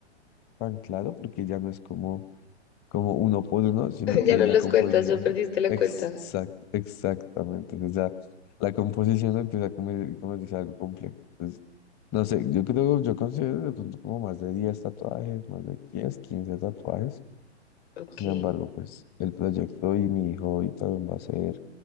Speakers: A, on the left; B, on the left.
A: tan claro porque ya no es como como uno por uno, sino
B: <laughs>
A: que
B: Ya no
A: la
B: los
A: composición,
B: cuentas, ya perdiste la cuenta.
A: exact, exactamente, o sea, la composición empieza a conver- convertirse en algo complejo. Entonces, no sé, yo creo, yo considero de pronto como más de 10 tatuajes, más de 10 15 tatuajes.
B: Ok,
A: Sin embargo, pues el proyecto y mi hobby también va a ser